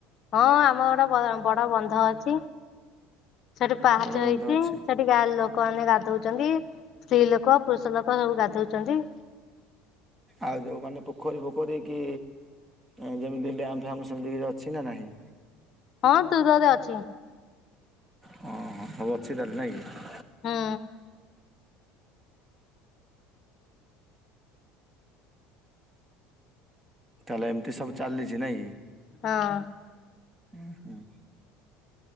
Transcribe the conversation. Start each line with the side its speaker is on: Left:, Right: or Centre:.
Left: ହଁ ଆମର ଗୋଟେ ବ ବଡ ବନ୍ଧ ଅଛି ସେଠି ପାହାଚ
Right: ବଡ
Left: ହେଇଚି।
Right: ବନ୍ଧ ଅଛି
Left: ସେ ଠି ଗାଁର ଲୋକମାନେ ଗାଧୋଉଛନ୍ତି। ସ୍ତ୍ରୀ ଲୋକ ପୁରୁଷ ଲୋକ ସବୁ ଗାଧୋଉଚନ୍ତି।
Right: ଆଉ ଯୋଉ ମାନେ ପୋଖୋରୀ ଫୋକୋରୀ କି ଆଉ ଯେମିତି ଡ୍ୟାମ୍ ଫ୍ୟାମ୍ ସେମିତି କିଛି ଅଛି ନା ନାହିଁ?
Left: ହଁ ଦୂରରେ ଅଛି ହଁ।
Right: ହଁ ହଁ ହଉ ଅଛି ତାହେଲେ ନାଇଁ କି?
Left: ହଁ।
Right: ତାହେଲେ ଏମିତି ସବୁ ଚାଲିଛି। ନାଇଁ କି?
Left: ହଁ।
Right: ଉୁଁ ହୁଁ।